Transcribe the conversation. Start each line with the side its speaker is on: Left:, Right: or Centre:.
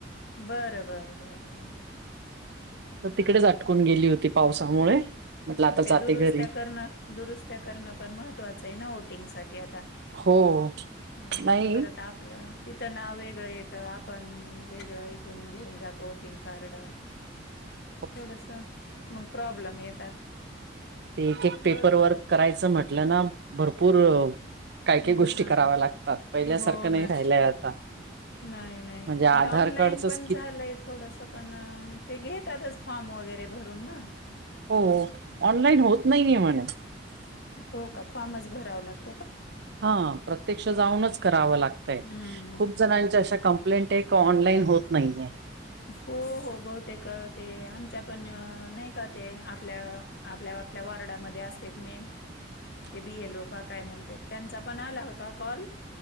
Left: बरं, बरं, बरं, बरं.
Right: तिकडेच
Left: हां.
Right: आटकून गेली होती. पावसामुळे. म्हटलं आता
Left: मग ते
Right: जाते
Left: दुरुस्त्या
Right: घरी
Left: करणं दुरुस्त्या करणं पण महत्त्वाचं आहे न वोटिंग साठी आता.
Right: हो
Left: हम्म
Right: नाही
Left: परत आप तिथं नाव वेगळं येतं आपण वेगळं इथून घेऊन जातो वोटिंग कार्ड.
Right: <inaudible>
Left: थोडस मग प्रॉब्लेम येतात.
Right: ते एक एक पेपर
Left: बरं.
Right: वर्क करायचं म्हटलं ना भरपूर काही काही गोष्टी
Left: हां.
Right: कराव्या लागतात पहिल्यासारखं
Left: हो
Right: नाही
Left: ना.
Right: राहिलंय आता.
Left: नाही नाही
Right: म्हणजे आधार
Left: आता ऑनलाईन
Right: कार्डचच
Left: पण
Right: कि
Left: झालंय थोडंस पण ते घेतातच फॉर्म वगैरे भरून न.
Right: हो ऑनलाईन होत नाहीये म्हणे.
Left: हो का फॉर्मच भरावं लागत.
Right: हा प्रत्यक्ष जाऊनच करावं लागतंय
Left: हम्म हम्म
Right: खूप जणांच्या
Left: हम्म.
Right: अशा क लेंट का ऑनलाईन होत नाहीये.
Left: हो हो बहुतेक ते आमच्या पण नाही का ते आपल्या आपल्या बा आपल्या वॉारडामध्ये असते मेन
Right: <inaudible>
Left: ते बियलो काका आहे म्हणते त त्यांचा पण आला होता कॉल